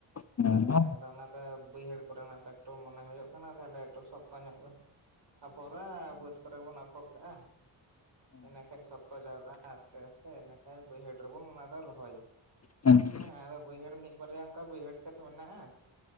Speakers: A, on the left; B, on the right.
A: ᱟᱫᱚ
B: ᱫᱟᱜ ᱛᱮᱜ ᱫᱚ ᱚᱱᱟ ᱞᱮ ᱵᱟᱹᱭᱦᱟᱹᱲ ᱠᱚᱨᱮᱱᱟᱜ ᱴᱟᱠᱴᱚᱨ ᱢᱚᱱᱮ ᱦᱩᱭᱩᱜ ᱠᱟᱱᱟ ᱛᱟᱦᱚᱞᱮ ᱮᱠᱴᱩ ᱥᱚᱯᱛᱟ ᱧᱚᱜ ᱫᱚ ᱛᱟᱯᱚᱨᱮ ᱵᱟᱹᱫᱽ ᱠᱚᱨᱮ ᱵᱚᱱ ᱟᱯᱷᱚᱨ ᱠᱟᱜᱼᱟ᱾ ᱚᱱᱟ ᱠᱷᱟᱡ ᱥᱚᱠᱛᱚ ᱡᱟᱣᱨᱟᱜ-ᱟ ᱟᱥᱛᱮ ᱟᱥᱛᱮ ᱤᱱᱟᱹ ᱠᱷᱟᱡ ᱵᱟᱹᱭᱦᱟᱹᱲ ᱨᱮᱵᱚᱱ ᱚᱱᱟ ᱫᱚ ᱨᱚᱦᱚᱭᱟ᱾
A: ᱰᱟᱹᱝᱨᱤ ᱢᱮᱱᱟᱜ
B: ᱦᱮᱸ ᱟᱫᱚ ᱵᱟᱹᱭᱦᱟᱹᱲ ᱢᱤᱫ ᱵᱟᱨᱭᱟ ᱚᱝᱠᱟ ᱵᱟᱹᱭᱦᱟᱹᱲ ᱠᱷᱮᱛ ᱢᱮᱱᱟᱜ-ᱟ,